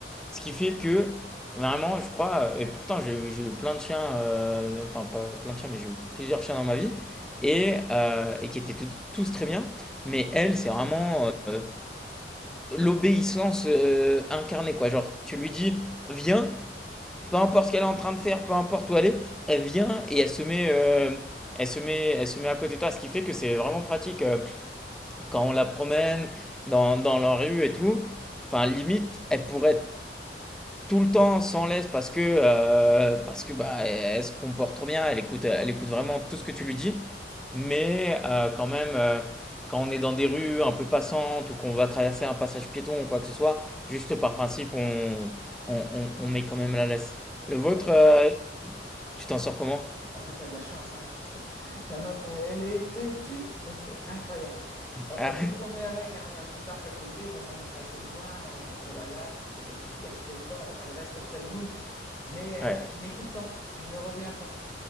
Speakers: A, in the centre; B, on the left.
A: Ce qui fait
B: Ouais.
A: que vraiment, je crois, et pourtant j'ai eu j'ai eu plein de chiens, euh, enfin pas plein de chiens, mais j'ai eu plusieurs chiens dans ma vie, et, euh, et qui étaient tous tous très bien. Mais elle, c'est vraiment euh, l'obéissance euh, incarnée, quoi. Genre, tu lui dis, viens peu importe ce qu'elle est en train de faire, peu importe où elle est, elle vient et elle se met, euh, elle se met, elle se met à côté de toi, ce qui fait que c'est vraiment pratique euh, quand on la promène dans, dans la rue et tout. Enfin, limite, elle pourrait être tout le temps sans laisse parce que, euh, parce que bah, elle, elle se comporte trop bien, elle écoute, elle écoute vraiment tout ce que tu
B: Mhm.
A: lui dis. Mais euh, quand même, euh, quand on est dans des rues un peu passantes ou qu'on va traverser un passage piéton ou quoi que ce soit, juste par principe, on, on, on- on met quand même la laisse. Le
B: Bah,
A: vôtre,
B: t'as...
A: euh, tu t'en sors comment?
B: ah bah, t'as de la chance, hein, parce que <laughs> la nôtre, elle est têtue, mais c'est incroyable. Alors,
A: Ah
B: on peut
A: ouais?
B: promener avec, hein, il y a un petit parc à côté où on l'emmène faire ses besoins, euh, on la lâche, il n'y a pas de souci, elle se sauve pas, elle, elle reste près de nous. Mais elle
A: Ouais.
B: elle n'écoute pas, elle ne revient pas.